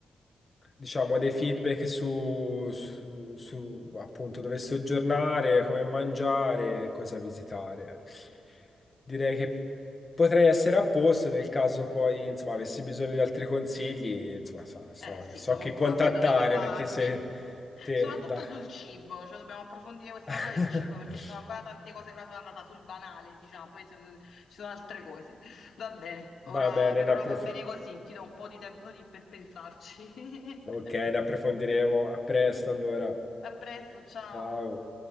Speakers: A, on the left; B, on the left.
A: diciamo, dei feedback su, su- su, appunto dove soggiornare, come mangiare, cosa visitare. Direi che potrei essere a posto nel caso poi, insomma, avessi bisogno di altri consigli, insomma, so, so
B: Eh sì,
A: so
B: sono
A: che
B: qua,
A: contattare
B: sai dove trovarmi.
A: perché se te
B: Soprattutto
A: da...
B: sul cibo, cioè dobbiamo approfondire questa
A: <laughs>
B: cosa del cibo perché ci sono ancora tante cose, ora sono andata sul banale, diciamo, poi se- ci sono altre cose. Va bene, ora,
A: Va bene,
B: per
A: ne
B: ora
A: approf-
B: va bene così, ti do un po' di tempo di- per pensarci. <laughs>
A: ok, ne approfondiremo. A presto allora.
B: A presto, ciao.
A: Ciao.